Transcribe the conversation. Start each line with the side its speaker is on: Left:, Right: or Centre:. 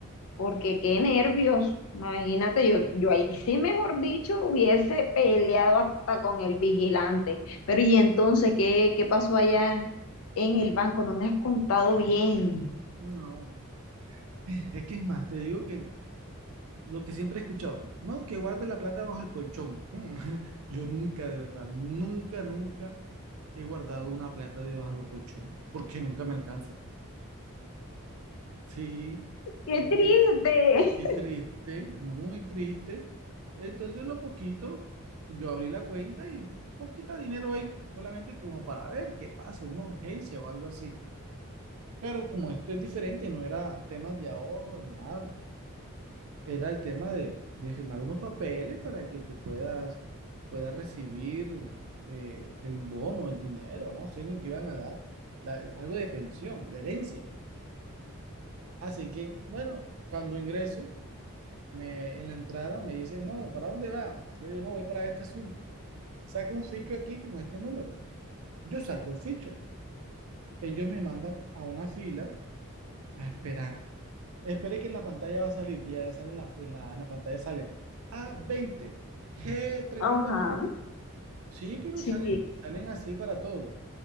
Left: porque qué nervios. Imagínate, yo, yo ahí sí, mejor dicho, hubiese peleado hasta con el vigilante. Pero ¿y entonces qué, qué pasó allá en el banco? No me has contado bien.
Right: No, es que es más, te digo que Lo que siempre he escuchado, no, que guarde la plata bajo el colchón. Mm, <laughs> Yo nunca, de verdad, nunca, nunca he guardado una plata debajo del colchón, porque nunca me alcanza. Sí,
Left: ¡Qué
Right: lo
Left: triste!
Right: que, qué triste, muy triste. Entonces, lo poquito, yo abrí la cuenta y poquito dinero ahí, solamente como para ver qué pasa, una urgencia o algo así. Pero como esto es diferente, no era temas de ahorro ni nada. era el tema de, de firmar unos papeles para que te puedas, puedas recibir eh, el bono, el dinero, no sé ni qué iban a dar, la- algo de pensión, de herencia. Así que, bueno, cuando ingreso, me, en la entrada me dicen, no, ¿para dónde va? Yo, yo no voy para este asunto. Saque un ficho aquí con este número. Yo saco el ficho. Ellos me mandan a una fila a esperar. Esperé que en la pantalla va a salir y ya sale en la, en la, en la pantalla sale a veinte g treinta
Left: <laughs> Ajá,
Right: y cuatro Sí, pero
Left: sí.
Right: sale, salen así para todos.